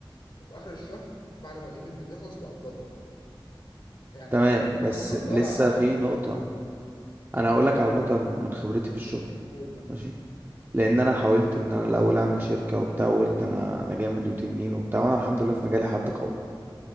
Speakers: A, on the left (about 60°); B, on the right (about 25°).
A: وفي آخر الشهر بعد ما الإيفنت بيخلص بقبضهم يعني
B: تمام بس
A: انا كاداره
B: لسه
A: بعرف
B: في نقطة انا هقول لك على نقطة من من خبرتي في الشغل
A: قول بقى
B: ماشي لان انا حاولت ان انا الاول اعمل شركة وبتاع وقلت انا انا جامد وتنين وبتاع وانا الحمد لله في مجالي حد قوي